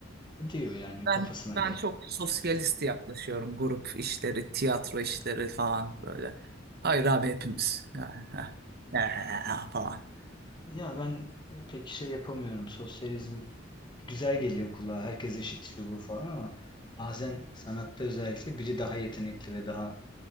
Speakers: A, on the left; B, on the right.
A: E diyor yani
B: Ben
A: kafasına
B: ben
A: göre.
B: çok sosyalist yaklaşıyorum. Grup işleri, tiyatro işleri falan böyle. Hayır abi hepimiz. Yani, heh, eh, falan.
A: Ya ben pek şey yapamıyorum. Sosyalizm güzel geliyor kulağa. Herkes eşit şu bu falan ama bazen sanatta özellikle biri daha yetenekli ve daha